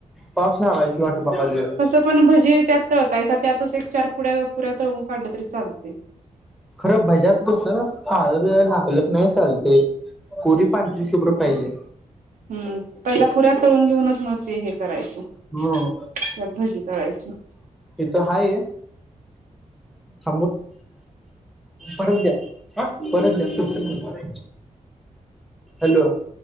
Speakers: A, in the centre; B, on the right.
A: पाऊस लागायची वाट बघालोय.
B: तसं पण भजी त्यात तळतायसा त्यातच एक चार पु्या पुऱ्या तळून काढलं तरी चालतंय
A: खरं भज्याच कसं काळ बिळ लागल न चालतय पुरी पांढरी शुभ्र पाहिजे
B: हम्म पहिला पुऱ्या तळून घेऊनच मग ते हे करायचं
A: हम्म
B: त्यात भजी तळायचं
A: इथं हाय <inaudible> परत द्या परत द्या हॅलो